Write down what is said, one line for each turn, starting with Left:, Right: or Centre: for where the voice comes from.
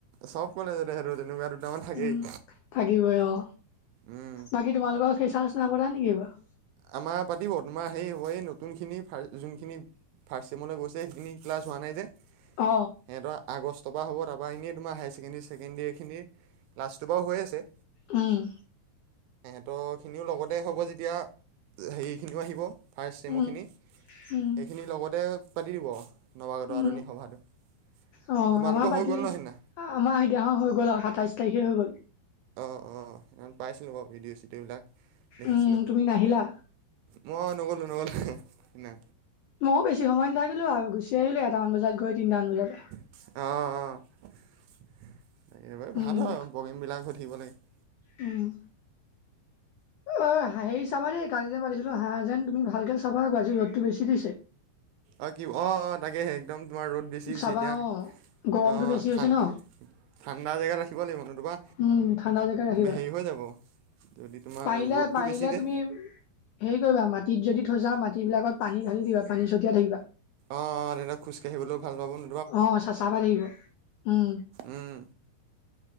Right: চব কলেজতে সেটো তেনেকুৱা দুটামান থাকেই।
Left: উম থাকিবই অ
Right: উম
Left: বাকী তোমালোকৰ ফেচাৰছ নাই পতা নেকি এইবাৰ
Right: আমাৰ পাতিব তোমাৰ সেৰি হ'ব এই নতুনখিনি ফাৰ যোনখিনি ফাৰ্ষ্ট চেমলৈ গৈছে সেইখিনি ক্লাচ হোৱা নাই যে
Left: অ
Right: সিহঁতৰ আগষ্টৰ পৰা হ'ব টাৰপা এনেই তোমাৰ হায়াৰ ছেকেণ্ডেৰী ছেকেণ্ডেৰী খিনিৰ লাষ্টটো বাৰো হৈ আছে
Left: উম
Right: শেহেতৰখিনিও লগতে হ'ব যেতিয়া হেৰিখিনিও আহিব ফাৰ্ষ্ট চেমৰখিনি
Left: উম
Right: সেইখিনি
Left: উম
Right: লগতে পাতি দিব নৱাগত
Left: উম
Right: আদৰনি সভাটো
Left: অ
Right: তোমালোকৰ
Left: আমাৰ পাতিলে
Right: হৈ গ'ল ন সেইদিনা
Left: আমাৰ সেইদিনাখন হৈ গ'ল আৰু সাতাইশ তাৰিখে হৈ গ'ল।
Right: অ অ এম পাইছিলোঁ বাওঁ ভিডিঅ' চিডিঅ' বিলাক দেখিছিলোঁ।
Left: উম তুমি নাহিলা
Right: মই নগ'লো নগলো হেহ না
Left: মও বেছি সময় নাথাকিলো আৰু গুচি আহিলো এটামান বজাত গৈ তিনটা মান বজাতে
Right: অ অ এইবোৰে ভাল হয় প্ৰগ্ৰেমবিলাক
Left: উম
Right: হৈ থাকিব লাগে।
Left: উম অই হা হেৰি চাবা দেই কালি যে দিছিলো হাঁহা যেন তুমি ভালকে চাবা আকৌ আজি ৰ'দটো বেছি দিছে।
Right: অ কি অ অ তাকেহে একদম তোমাৰ ৰ'দ বেছি দিছে
Left: চাবা
Right: এতিয়া
Left: অ গৰমটো
Right: অ
Left: বেছি
Right: ঠাণ্
Left: হৈছে ন
Right: ঠাণ্ডা জেগাত ৰাখিব লাগিব নতুবা
Left: উম ঠাণ্ডা জেগাত ৰাখিবা
Right: হেৰি হৈ যাব যদি তোমাৰ
Left: পাৰিলে
Right: ৰ'দটো
Left: পাৰিলে
Right: বেছি যে
Left: তুমি হেৰি কৰিবা মাটিত যদি থৈছা মাটি বিলাকত পানি ঢালি দিবা পানী ছটিয়াই থাকিবা।
Right: অ অ তেতিয়া খোজকাঢ়িবলৈও ভাল পাব ন
Left: অ চাচা পাই থাকিব উম।
Right: উম